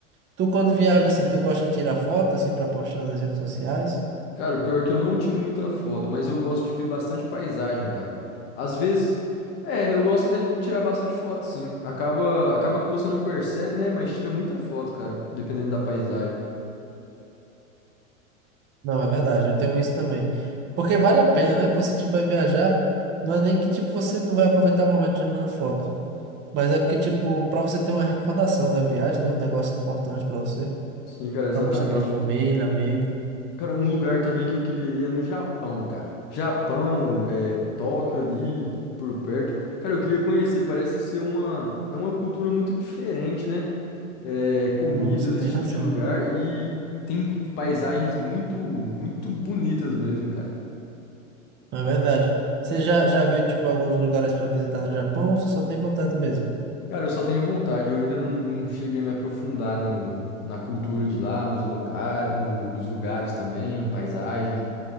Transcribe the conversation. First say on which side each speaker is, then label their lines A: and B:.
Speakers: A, on the right; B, on the left.
A: Tu quando viaja assim, tu gosta de tirar foto assim pra postar nas redes sociais?
B: Cara, o pior é que eu não tiro muita foto, mas eu gosto de ver bastante paisagem, cara. Às vezes, é, eu gosto até de tirar bastante foto, sim. Acaba, acaba que você não percebe, né? Mas tira muita foto, cara, dependendo da paisagem.
A: Não, é verdade, eu tenho isso também. Porque vale a pena, né? Você tipo vai viajar, não é nem que tipo você não vai aproveitar o momento tirando foto, mas é porque tipo pra você ter uma recordação da viagem, né? Um negócio importante pra você,
B: Sim, cara, exatamente.
A: pra mostrar pra família, amigo.
B: Cara, um lugar também que eu queria ir é no Japão, cara. Japão, é, Tóquio ali, por perto. Cara, eu queria conhecer, parece ser uma, é uma cultura muito diferente, né? é, comidas,
A: Não, você tem
B: esse tipo
A: razão.
B: de lugar e tem paisagens muito, muito bonitas mesmo, cara.
A: Na verdade. Você já, já viu, tipo, alguns lugares para visitar no Japão ou você só tem vontade mesmo?
B: Cara, eu só tenho vontade, eu ainda não, não cheguei a me aprofundar no, na cultura de lá, nos locais, no- nos lugares também, paisagem.